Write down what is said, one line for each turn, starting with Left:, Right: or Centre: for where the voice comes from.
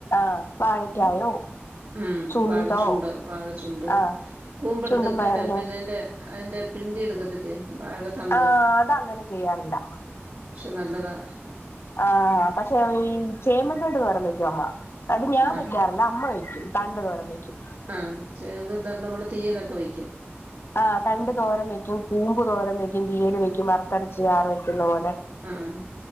Left: അഹ് വാഴക്കായോ
Right: ഉം ഉം
Left: ചുണ്ടോ
Right: വാഴച്ചുണ്ട് വാഴച്ചുണ്ട്
Left: ആഹ്
Right: കൂമ്പ്ടുക്ക
Left: ചുണ്ടും പയറും
Right: അല്ലെ
Left: തോരൻ
Right: പിന്നെ അയ്ന്റെ അയ്ന്റെ പിണ്ടി എടുക്കത്തില്ലേ വാഴ തണ്ട്
Left: ആഹ് അത് അങ്ങനെ ചെയ്യാറില്ല
Right: പക്ഷെ നല്ലതാ
Left: ആഹ പക്ഷെ ഈ ചേമ്പ്തണ്ട് തോരൻ വെക്കും അമ്മ അത് ഞാൻ
Right: ആഹ്
Left: വെക്കാറില്ല അമ്മ വയ്ക്കും തണ്ട തോരൻ വെക്കും
Right: ആഹ് ചെമ്പ് ന്തണ്ട് നമ്മള് തീയലൊക്കെ വയ്ക്കും
Left: ആ തണ്ട് തോരം വെക്കും കൂമ്പ് തോരം വെക്കും തീയൽ വെക്കും വറുത്തരച്ച് ചാറ് വെക്കുന്ന പോലെ
Right: ആഹ്